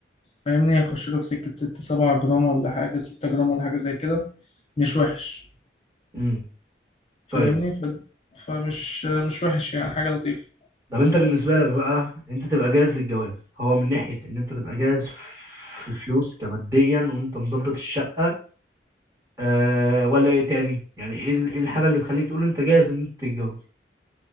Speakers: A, on the left; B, on the right.
A: فاهمني يخش له في سكه 6 7 جرام ولا حاجه 6 جرام ولا حاجه زي كده مش وحش
B: امم
A: فاهمني
B: طيب
A: ف... فمش مش وحش يعني حاجه لطيفه
B: طب انت بالنسبه لك بقى انت تبقى جاهز للجواز هو من ناحيه ان انت تبقى جاهز في فلوس كماديا وانت مظبط الشقه أه ولا ايه تاني يعني ايه ال- ايه الحاجه اللي تخليك تقول انت جاهز ان انت تتجوز